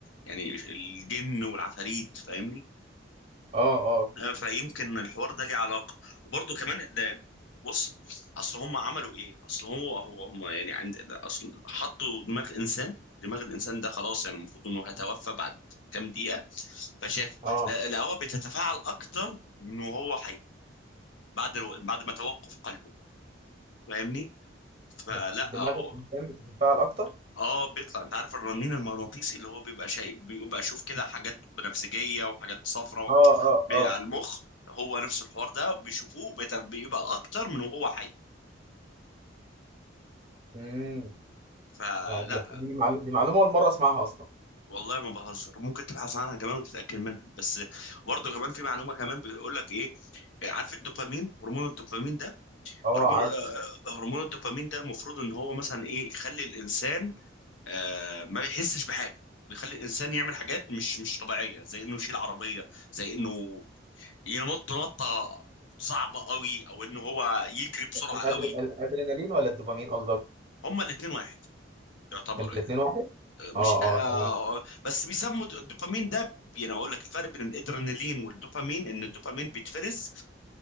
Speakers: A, on the left (about 75°); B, on the right (about 30°).
A: يعني الجن والعفاريت فاهمني
B: اه اه
A: فيمكن الحوار ده ليه علاقه وبرضه كمان ان بص اصل هم عملوا ايه اصل هو هو هم يعني عند اصل حطوا دماغ انسان دماغ الانسان ده خلاص يعني المفروض انه هيتوفى بعد كام دقيقه فشافه
B: اه
A: لا لا هو بتتفاعل اكتر من وهو حي بعد الو... بعد ما توقف قلبه فاهمني فلا
B: بت- دماغ
A: هو
B: الانسان بتتفاعل اكتر
A: اه بيطلع انت عارف الرنين المغناطيسي اللي هو بيبقى شايف بيبقى اشوف كده حاجات بنفسجيه وحاجات صفراء و...
B: اه اه
A: بي-
B: اه
A: على المخ هو نفس الحوار ده بيشوفوه وبيت- بيبقى اكتر من وهو حي
B: امم
A: فلا
B: لا، دي دي معلو- دي معلومة اول مرة اسمعها اصلا
A: والله ما بهزر ممكن تبحث عنها كمان وتتاكد منها بس برضه كمان في معلومه كمان بيقول لك ايه عارف الدوبامين هرمون الدوبامين ده
B: اه
A: هرمون
B: عارف
A: آه، آه، هرمون الدوبامين ده المفروض ان هو مثلا ايه يخلي الانسان آه، ما بيحسش بحاجه بيخلي الانسان يعمل حاجات مش مش طبيعيه زي انه يشيل عربيه زي انه ينط نطه صعبه قوي او انه هو يجري بسرعه
B: الأدر...
A: قوي
B: الادرينالين ولا الدوبامين قصدك
A: هما الاثنين واحد يعتبروا
B: الاتنين
A: يعني
B: واحد
A: آه، مش
B: اه
A: آه
B: اه تمام
A: بس بيسموا د- الدوبامين ده يعني اقول لك الفرق بين الادرينالين والدوبامين ان الدوبامين بيتفرز